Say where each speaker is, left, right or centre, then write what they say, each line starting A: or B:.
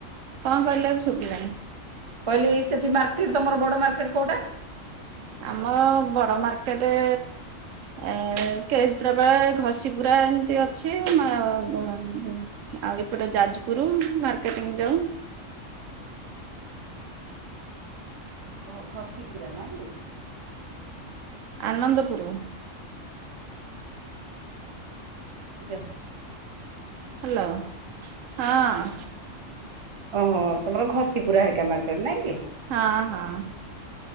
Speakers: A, on the right (about 80°); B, on the right (about 30°).
A: କଣ କହିଲ ଏବ୍ ଶୁଭିଲାନି।
B: କହିଲି ସେଠି ମାର୍କେଟ ତମର ବଡ ମାର୍କେଟ କୋଉଟା?
A: ଆମର ବଡ ମାର୍କେଟେ ଏ <unintelligible> ଘଷି ପୁରା ଏମିତି ଅଛି ମା ବା ଆଉ ଏପଟେ ଯାଜପୁର ମାର୍କେଟିଂ ଯାଉ
B: ଓହୋ ଘସି ପୁରା ନା କି?
A: ଆନନ୍ଦପୁର।
B: ଦେ
A: ହ୍ୟାଲୋ ହଁ।
B: ଓହୋ ତମର ଘଷିପୁରା ହେକା ମାର୍କେଟ ନାଇଁ କି?
A: ହଁ ହଁ।